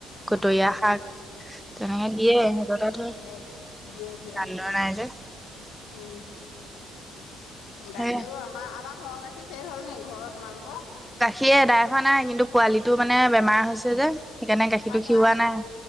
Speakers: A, in the centre; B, on the left.
A: কটৰীয়া
B: আমাকো দিছে
A: শাক তেনেকে দিয়ে সিহঁতৰ তাত হয়
B: দিয়, দিয়া, দিয়
A: বান্দৰ নাই যে
B: উ গাখীৰও
A: সেয়া
B: আমাৰ আমাৰ ঘৰৰ গাখীৰ শেষ হ'ল নেকি ঘৰৰ তোমালোকৰ
A: গাখীৰ এদাই হোৱা নাই কিন্তু পোৱালিটো মানে বেমাৰ হৈছে যে তেনেকে গাখীৰটো
B: ভাল হোৱাই
A: খীৰুৱা নাই,